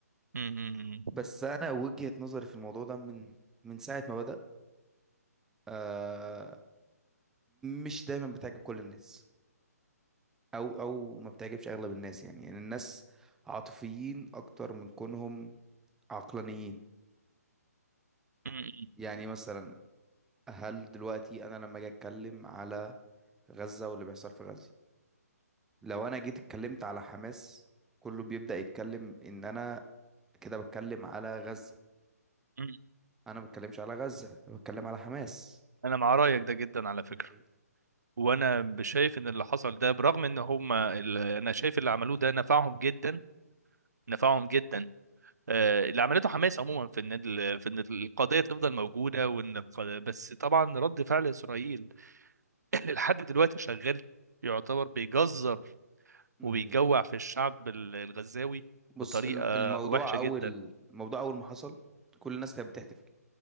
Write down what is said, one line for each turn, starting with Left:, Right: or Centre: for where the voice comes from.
Right: مم. مم.
Centre: بس انا وجهة نظري في الموضوع ده من من ساعه ما بدأ آه مش دايما بتعجب كل الناس او او ما بتعجبش اغلب الناس يعني, يعني الناس عاطفيين اكتر من كونهم عقلانيين
Right: مم.
Centre: يعني مثلا هل دلوقتي انا لما اجي اتكلم على غزة واللي بيحصل في غزة لو انا جيت اتكلمت على حماس كله بيبدأ يتكلم ان انا كده بتكلم على غزة
Right: مم.
Centre: انا ما بتكلمش على غزة أنا بتكلم على حماس
Right: انا مع رايك ده جدا على فكرة
Centre: يعني
Right: وانا شايف ان اللي حصل ده برغم ان هم انا شايف اللي عملوه ده نفعهم جدا نفعهم جدا آه، اللي عملته حماس عموما في ان ال- في ان القضيه تفضل موجوده وان الق- بس طبعا رد فعل اسرائيل <laughs> اللي لحد دلوقتي شغال يعتبر بيجزر
Centre: أمم،
Right: وبيجوع في الشعب ال- الغزاوي
Centre: بص
Right: بطريقة
Centre: الم- الموضوع
Right: وحشة
Centre: اول
Right: جدا
Centre: الموضوع اول ما حصل كل الناس كانت بتحتفل